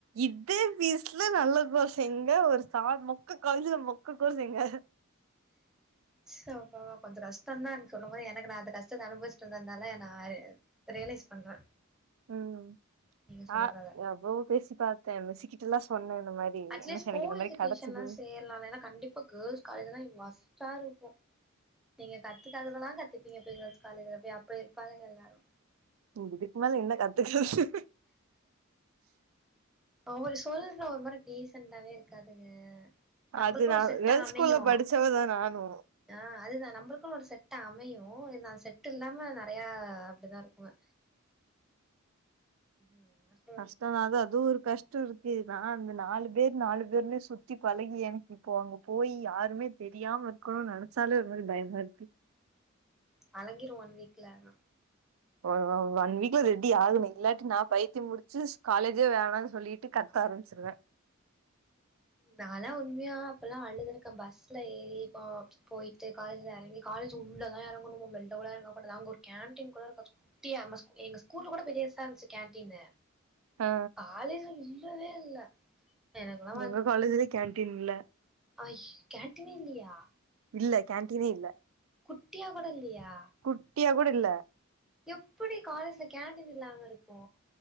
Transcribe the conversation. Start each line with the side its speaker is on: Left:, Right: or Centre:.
Right: இதே பீஸ்ல நல்ல கோர்ஸ் எங்க ஒரு சார் மொக்க காலேஜில மொக்க கோர்ஸ் எங்க
Centre: சொப்பா கொஞ்சோ கஷ்டோந்தா நீங்க சொன்ன மாறி எனக்கு நா அந்த கஷ்டத்த அனுபவிச்சிட்ருந்ததுனால நானு ரியலைஸ் பண்றே
Right: ம்
Centre: நீங்க சொல்றத
Right: ஆ எவ்ளவோ பேசி பாத்தே மிஸ்ஸுகிட்டலா சொன்ன இந்த மாரி
Centre: அட்லீஸ்ட்
Right: மிஸ் எனக்கு
Centre: கூலுக்கு
Right: இந்த மாரி கெடச்சது
Centre: டியூசன்னா சேரலால ஏனா கண்டிப்பா கேர்ல்ஸ் காலேஜெலா ஒஸ்ட்டா இருக்கு நீங்க கத்துக்காததெலா கத்துப்பீங்க போய் கேர்ள்ஸ் காலேஜிலப்போய் அப்டி இருப்பாளுக எல்லாரு
Right: ஓ இதுக் மேல என்ன கத்துக்குறது
Centre: அவர் சொல்ற ஒரு மாரி டீசன்டாவே இருக்காதுங்க நம்பளுக்குன்னு
Right: அது நா
Centre: ஒரு செட்டு
Right: கேர்ள்ஸ்
Centre: அமையு
Right: ஸ்கூல்ல படிச்சவதா நானு
Centre: ஆ அதுதா நம்ளுக்கு ஒரு செட் அமையு இருதாலு செட் இல்லாம நறையா அப்டிதா இருக்குங்க <unintelligible>
Right: கஷ்டதா அது அதுவு ஒரு கஷ் டோ இருக்கு நா அந்த நாலு பேர் நாலு பேருனே சுத்தி பழகி எனக் இப்போ அங்க போய் யாருமே தெரியாம இருக்கணுனு நெனச்சாலே ஒரு மாரி பயமா இருக்கு
Centre: பழகிரு ஒன் வீக்ல ஆனா
Right: அஅ ஒன் வீக்ல ரெடி ஆகணு இல்லாட்டி நா பைத்திய புடிச்சிஸ் காலேஜ் து வேணான் சொல்லிட்டு கத்த ஆரம்பிச்சிருவே
Centre: நாலா உண்மையா அப்பெல்லா அழுது இருக்க பஸ்ல ஏறி போ போய்ட்டு காலேஜ்ல எறங்கி காலேஜ் உள்ளதா எறங்கணுமோ வெள்ள கூட எறங்க கூடாதா அங்க ஒரு கேன்டீன் கூட இருக்கு அது குட்டியா நம்ம எங்க ஸ்கூல்ல கூட பெரிசா இருந்துச்சி கேன்டீனு
Right: அ
Centre: ஆளு இல்லவே இல்ல எனக்கெல்லா
Right: எங்க காலேஜ்லயு கேன்டீன் இல்ல
Centre: அஷ் கேன்ட்டீன் இல்லயா
Right: இல்ல கேன்ட்டீனே இல்ல
Centre: குட்டியா கூட இல்லியா
Right: குட்டியா கூட இல்ல
Centre: எப்டி காலேஜ்ல கேன்டீன் இல்லாம இருக்கு